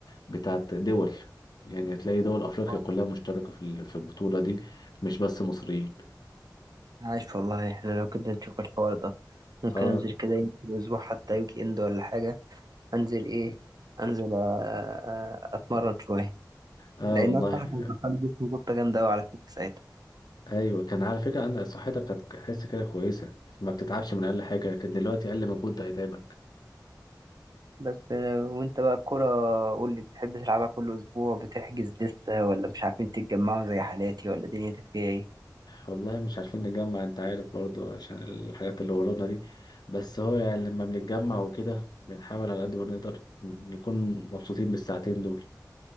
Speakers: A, on the left (about 65°); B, on the right (about 60°).
A: بتاعت دول يعني هتلاقي دول افريقيا
B: والله
A: كلها مشتركة في ال- في البطولة دي مش بس مصريين
B: عايش والله. إحنا لو كده نشوف الحوار ده ممكن
A: اه
B: أنزل كده يمكن أسبوع حتى يجي إند ولا حاجة أنزل إيه أنزل آه، آه، أتمرن شوية
A: اه
B: لأن
A: والله
B: أنا صح كان دخل جسمي جبطة جامدة أوي على فكرة
A: ايوه كان على فكرة عندك صحتك كانت حس كده كويسة ما بتتعبش
B: ساعتها
A: من اقل حاجة كان دلوقتي اقل مجهود ده هيتعبك
B: بس آه، وانت بقى الكرة قول لي بتحب تلعبها كل اسبوع بتحجز لسه ولا مش عارفين تتجمعوا زي حالاتي ولا دنيتك فيها ايه
A: والله مش عارفين نجمع انت عارف برضو عشان الحاجات اللي ورانا دي بس هو يعني لما بنتجمع وكده بنحاول على قد ما نقدر نكون مبسوطين بالساعتين دول